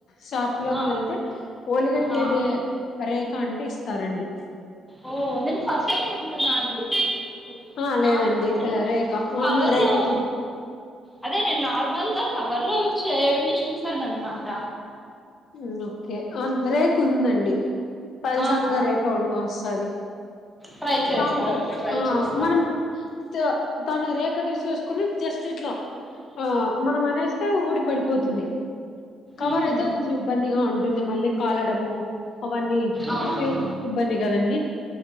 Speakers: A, on the left; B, in the centre.
A: షాప్ లోకి
B: ఆ,
A: వెళ్తే ఓలిగ తీడే
B: ఆ
A: రేఖ అంటే ఇస్ స్తారండి
B: ఓ నిం ఫస్ట్ టైమ్ వింటున్న అండి
A: ఆ
B: నార్మల్గా
A: లేదండి
B: నను
A: రేఖ మామూలు
B: కవర్లు
A: రేఖతో
B: అదే నేను నార్మల్ గా కవర్ లో చేయడమే చూసానఅనమాట
A: ఉమ్ ఓకే ఆ రేప్ ఉందండి పల్సంగ
B: ఆహా
A: రేఖ ఉండ వస్తాది
B: ట్రై చేస్తా
A: దాంతో
B: అండి ట్రై
A: ఆ
B: చేస్తా
A: మనం త దాన్ని రేఖ తీసు చూసుకుని జస్ట్ ఇట్లా ఆ మనం అనేస్తే ఊడి పడిపోతుంది కవర్
B: ఉహు
A: అయితే కొంచెం ఇబ్బందిగా ఉంటుంది మళ్ళీ కాలడము అవన్నీ
B: అవును
A: ఇవ్ ఇబ్బంది కదండి